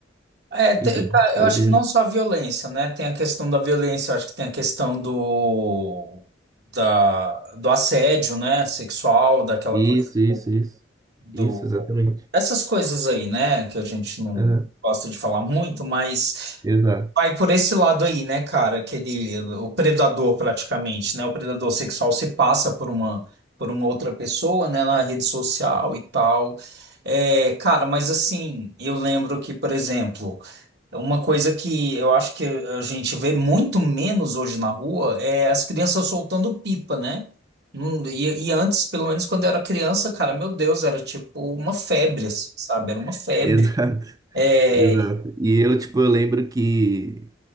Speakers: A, on the right; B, on the right.
A: É, te-
B: enfim,
A: cara, eu
B: hoje.
A: acho que não só a violência, né? Tem a questão da violência, eu acho que tem a questão do, da, do assédio, né? Sexual, daquela
B: Isso,
A: coisa
B: isso,
A: do,
B: isso.
A: do-
B: Isso, exatamente.
A: Essas coisas aí, né? Que a gente não
B: Aham,
A: gosta de falar muito, mas
B: Exato.
A: Vai por esse lado aí, né, cara? Aquele, o predador praticamente, né? O predador sexual se passa por uma, por uma outra pessoa, né, na rede social e tal. É, cara, mas assim, eu lembro que, por exemplo, uma coisa que eu acho que a gente vê muito menos hoje na rua é as crianças soltando pipa, né? Hum, E, e antes, pelo menos quando eu era criança, cara, meu Deus, era tipo uma febre, assim, sabe? Era uma febre.
B: <laughs> Exato.
A: É,
B: Exato. E eu, tipo, eu lembro que